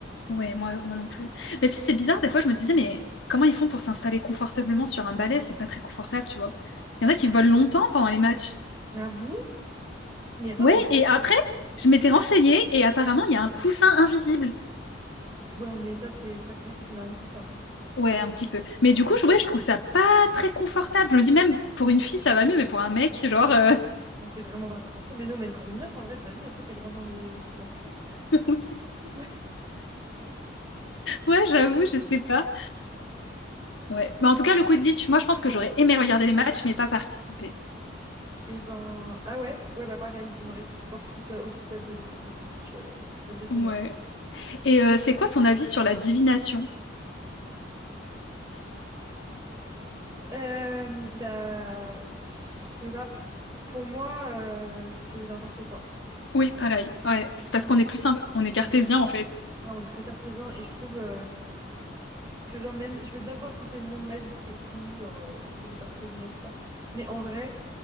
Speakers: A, on the left; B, on the right.
A: Ouais, moi, moi non plus. Mais tu sais, c'est bizarre, des fois, je me disais, mais comment ils font pour s'installer confortablement sur un balai? C'est pas très confortable, tu vois. Il y en a qui volent longtemps pendant les matchs.
B: J'avoue. Mais attends,
A: Ouais,
B: mais
A: et après, je m'étais renseignée et apparemment, il y a un coussin invisible.
B: ouais, mais ça c'est facilité scénaristique un peu.
A: Ouais, un petit peu. Mais du coup, je, ouais, je trouve ça pas très confortable. Je me dis même, pour une fille, ça va mieux, mais pour un mec, genre, euh,
B: Ouais, C'est vraiment pas confortable. Mais non, même pour une meuf, en vrai, t'imagines le truc qui te rentre dans les dans le fion?
A: <laughs> oui.
B: <laughs>
A: ouais, j'avoue, je sais pas. Ouais. Mais en tout cas, le Quidditch, moi, je pense que j'aurais aimé regarder les matchs, mais pas participer.
B: Et ben, ah ouais, ouais, bah pareil, on aurait été supportrice euh, officielle de l'équipe de Quidditch euh, de Gryffondor.
A: Ouais. Et euh, c'est quoi ton avis sur la divination?
B: Euh, bah, je sais pas. Pour moi, euh, c'est n'importe quoi.
A: Oui, pareil. Ouais, c'est parce
B: Ouais,
A: qu'on est plus un- on est cartésien en fait.
B: on est très cartésien et je trouve euh, que, genre, même, je veux bien croire que c'est le monde magique et tout, genre, euh, professeur Trélounet, tout ça. Mais en vrai,